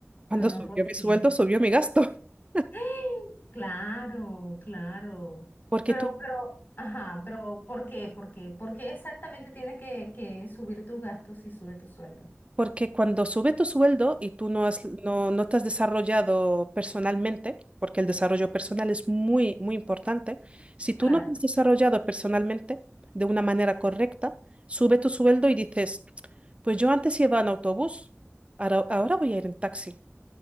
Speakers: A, on the right; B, on the left.
A: cuando
B: No, no
A: subió
B: fue así.
A: mi sueldo, subió mi gasto. <laughs>
B: <gasps> Claro, claro.
A: Porque
B: Pero,
A: tú
B: pero, ajá, pero ¿por qué? ¿Por qué? ¿Por qué exactamente tiene que, que subir tus gastos si sube tu sueldo?
A: Porque cuando sube tu sueldo y tú no has, no, no te has desarrollado personalmente, porque el desarrollo personal es muy, muy importante, si tú
B: Claro.
A: no te has desarrollado personalmente de una manera correcta, sube tu sueldo y dices, pues yo antes iba en autobús, ahora, ahora voy a ir en taxi.